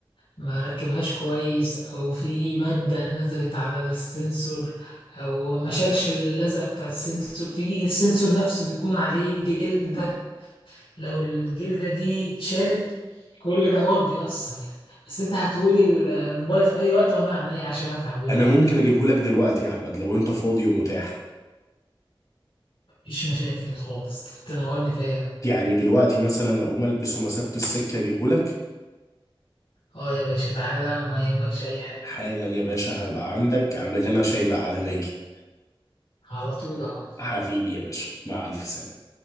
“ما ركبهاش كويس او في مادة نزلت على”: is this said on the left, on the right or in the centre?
Left